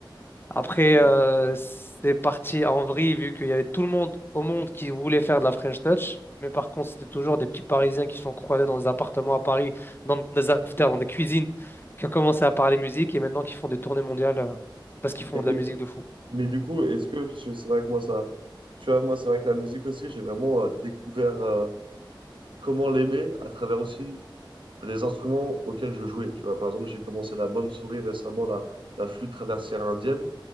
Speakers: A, on the left; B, on the right.
A: Après,
B: Mm.
A: euh, c'est parti en vrille vu qu'il y avait tout le monde au monde qui voulait faire de la French Touch. Mais par contre, c'était toujours des petits Parisiens qui se sont croisés dans des appartements à Paris, dans des afters, dans des cuisines, qui ont commencé à parler musique et maintenant qui font des tournées mondiales euh, parce qu'ils
B: Mais,
A: font de
B: et-
A: la musique de fou.
B: mais du coup, est-ce que parce que c'est vrai que moi ça, tu vois, moi c'est vrai que la musique aussi, j'ai vraiment euh, découvert euh, comment l'aimer à travers aussi les instruments auxquels je jouais. Tu vois, par exemple, j'ai commencé la bonne souris récemment, la, la flûte traversière indienne,